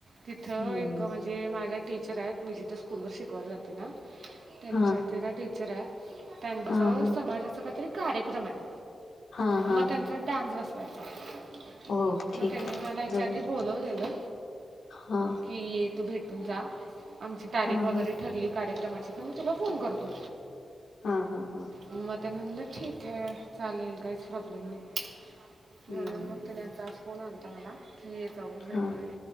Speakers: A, on the right; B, on the left.
A: तिथं
B: हम्म
A: एक म्हणजे म्हणजे माझ्या टीचर आहेत मी जिथं स्कूलवर शिकवायला जाते ना. त्यांच्यावरती
B: हा
A: त्या टीचर आहेत त्यांचं
B: हा हा
A: समाजाचा काहीतरी कार्यक्रम आहे.
B: हा हा
A: मग त्यांचा डान्स बसवायचायं.
B: हो ठीक
A: मग त्यांनी
B: आहे
A: मला याच्या
B: जाऊया
A: आधी बोलवलेलं,
B: हा
A: की ये तू भेट तू जा आमची तारीख
B: हा
A: वगैरे
B: हा
A: ठरली कार्यक्रमाची का मी तुला फोन करतो.
B: हां हां हां.
A: मग ते म्हणलं ठीक आहे चालेल काहीच प्रॉब्लेम नाही. म्हणून
B: हम्म
A: मग त्यांचा आज फोन आलाता मला की ये जाऊं भेट
B: हा
A: होईल.